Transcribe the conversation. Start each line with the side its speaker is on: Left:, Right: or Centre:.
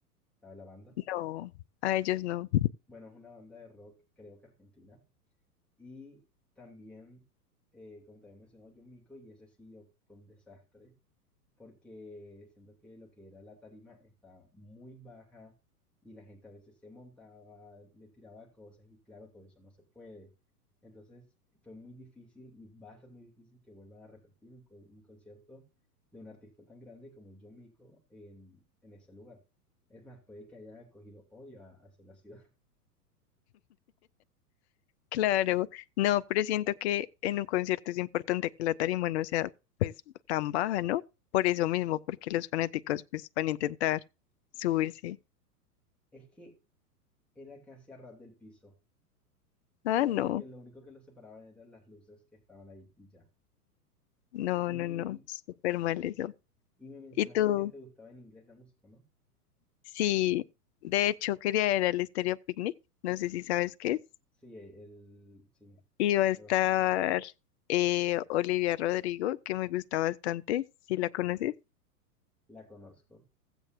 Centre: la, la banda.
Left: No, a ellos no.
Centre: Bueno, es una banda de rock, creo que argentina, y también, eh, como te había mencionado, John Mico, y ese sí yo, fue un desastre. porque siento que lo que era la tarima estaba muy baja y la gente a veces se montaba, le tiraba cosas y claro, todo eso no se puede. Entonces fue muy difícil y va a ser muy difícil que vuelvan a repetir un, co- un concierto de un artista tan grande como John Mico en, en ese lugar. Es más, puede que haya cogido odio a- hacia la ciudad. <laughs>
Left: Claro, no, pero siento que en un concierto es importante que la tarima no sea pues tan baja, ¿no? Por eso mismo, porque los fanáticos pues van a intentar subirse.
Centre: Es que era casi a ras del piso.
Left: Ah,
Centre: Era
Left: no.
Centre: como que lo único que los separaban eran las luces que estaban ahí y ya.
Left: No,
Centre: Y
Left: no, no, súper mal eso.
Centre: Y me mencionaste
Left: ¿Y tú?
Centre: que te gustaba en inglés la música, ¿no?
Left: Sí, de hecho quería ir al Estéreo Picnic, no sé si sabes qué es.
Centre: Sí, el, sí,
Left: Y va a
Centre: la
Left: estar
Centre: conozco.
Left: eh, Olivia Rodrigo, que me gusta bastante, si la conoces.
Centre: La conozco,